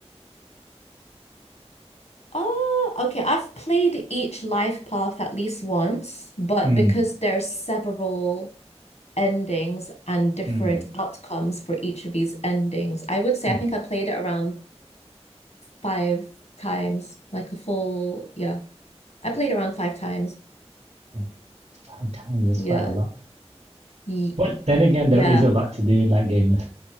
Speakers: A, on the left; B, on the right.
A: oh okay, I've played each life path at least once, but
B: Mm,
A: because there's several endings and different
B: mm,
A: outcomes for each of these endings, I would say
B: mm,
A: I think I played it around five times, like a full yeah. I played around five times.
B: mm. Five times is
A: Yeah.
B: quite a lot.
A: Ye-
B: But then again,
A: yeah.
B: there is a lot to do in that game.